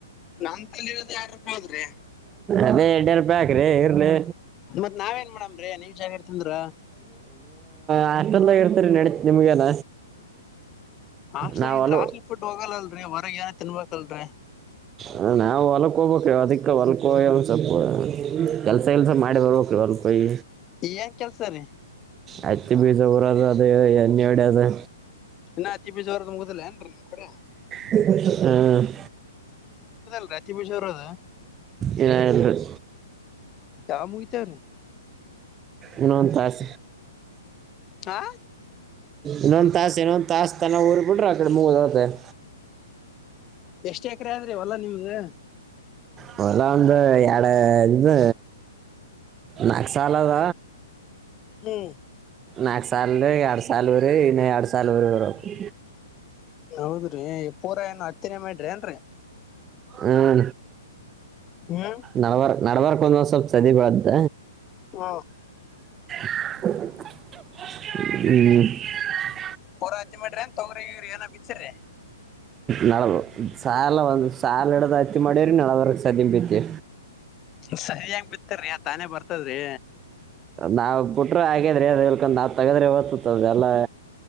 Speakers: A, on the left (about 25°); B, on the right (about 20°).
A: ನನ್ ತಲಿ ಇರೋದ್ ಎರಡ್ ರೂಪಾಯಿ ಆದ್ರಿ
B: ಅದೇ ಎಡ್ಡೆ ರೊಪಾಯ ಹಾಕ್ರಿ ಇರ್ಲಿ
A: ಮತ್ ನಾವೇನ್ ಮಾಡಮ್ರಿ ನೀವ್ ಜಾಗ ಇರ್ತಂದ್ರ
B: ಹಾಷ್ಟಲ್ದಾಗ ಇರ್ತರಿ ನಡಿತ್ ನಿಮ್ಮಗೇನ
A: ಹಾಸ್ಟೆಲ್
B: ನಾವ
A: ಇದ್ರ
B: ಹೊಲು
A: ಹಾಸ್ಟೆಲ್ ಫುಡ್ ಹೋಗಲ್ಲಲ್ರಿ ಹೊರಗ್ ಏನ ತಿನ್ಬೇಕಲ್ರಿ
B: ಹ ನಾವು ಹೊಲ್ಕ್ ಹೋಗ್ಬೇಕ ಅದಿಕ ಹೊಲ್ಕ್ ಹೋಗಿ ಸ್ವಲ್ಪ ಕೆಲ್ಸಗ ಗಿಲ್ಸ ಮಾಡಿ ಬರ್ಬೇಕ ಸೌ ರೂಪಾಯಿ
A: ಏನ್ ಕೆಲ್ಸ ರೀ
B: ಹತ್ತಿ ಬೀಜ ಉರದು ಅದು ಎಣ್ಣಿ ಒಡೆದು
A: ಇನ್ನ ಅತಿ ಬೀಜ್ ಉರದ ಮುಗದಿಲ್ಲ ಏನ್ರೀ ನಿಮ್ ಕಡೆ
B: ಹ್ಮ್
A: ಹತ್ತಿ ಬೀಜ ಅವರದ
B: ಇನ್ನ ಇಲ್ಲರಿ
A: ಯವಗ ಮುಗಿತ್ತವರಿ
B: ಇನ್ನೊಂದ ತಾಸ
A: ಹಾ
B: ಇನ್ನೊಂದ್ ತಾಸ ಇನ್ನೊಂದ ತಾಸ ತನಾ ಉರಿ ಬಿಟ್ರ ಆಕಡಿ ಮೂಗದ ಹೊತದೆನ
A: ಎಷ್ಟ್ ಎಕರೆ ಆದ್ರಿ ಹೊಲ್ಲಾ ನಿಮ್ದ
B: ಹೊಲ್ಲಾ ಒಂದ ಯಾಡ ಇದ ನಾಕ ಸಾಲಾದ
A: ಹ್ಮ್
B: ನಾಕ ಸಾಲದಗ ಎರಡ ಸಾಲ ಉರಿವ ಇನ್ನ ಎರಡ ಸಾಲ ಉರಿಬರಬೇಕ
A: ಹೌದ್ರಿ ಪೂರಾ ಏನ ಹತ್ತಿನೆ ಮಾಡ್ರಿ ಏನ್ರರಿ
B: ಹ್ಮ
A: ಹ್ಮ್
B: ನಡಬಾರ ನಡಬಾರಕ್ ಒಂದ್ ವ ಸ್ವಲ್ಪ ಸದಬ್ದ
A: ಹಾ
B: ಹ್ಮ
A: ಪೂರಾತಿರ ಅಂತ ತಗ್ರಿಗ್ರ ಏ ಬಿಚ್ಚಿರಿ
B: ನಾ ಸಾಲ ಒಂದು ಸಾಲ ಇಡ್ದ ಹತ್ತಿ ಮಾಡೇವ್ರಿ ನಾಳವರ್ ಸ ತಿತಿ
A: ಸರಿಯಂಗ ಬಿತ್ತಾರರಿ ತಾನೇ ಬರ್ತದ್ರಿ
B: ನಾವು ಬಿಟ್ಟರು ಹಾಗಗ್ಯಿದ್ರೆ ಅದು ಹಳ್ಕೊಂಡು ನಾವು ತೆಗದ್ರೆ ವಸ್ತುತದೆ ಎಲ್ಲ